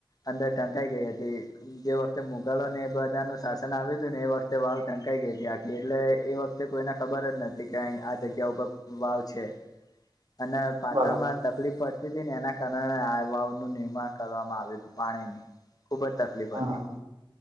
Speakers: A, on the left; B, on the right.
A: અંદર ઢંકાઈ ગઈ હતી. જે વખતે મુઘલો ને એ બધા નું શાસન આવ્યું હતું ને એ વખતે વાવ ટઢંકાઈ ગઈ હતી આ. એટલે એ વખતે કોઈને ખબર જ નથી કે અહી આ જગ્યા ઉપર વાવ છે.
B: <inaudible>
A: અને પાટણમાં
B: બરાબર
A: તકલીફ પડતી હતી ને એના કારણે આ વાવનું નિર્માણ કરવામાં આવ્યું હતું પાણીની. ખૂબ જ તકલીફ
B: હા
A: હતી
B: હા.